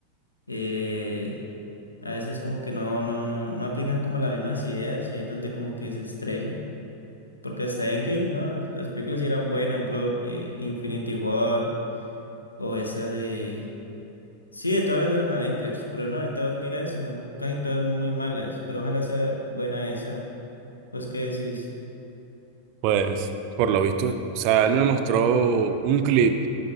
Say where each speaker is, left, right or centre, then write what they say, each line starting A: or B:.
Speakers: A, on the left; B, on the right.
A: eh, a veces como que no, no, no, no aplican como las mismas ideas y ahí es donde como que se estrellan. Porque hasta Endgame, no, las películas sí eran buenas, por ejemplo, eh, Infinity War o esa de Sí, de todas las de los Avengers, pero no, ahorita vos miras y son casi todas muy malas, pero ojalá sea buena esa. ¿Vos qué decís?
B: pues, por lo visto, o sea, él me mostró un clip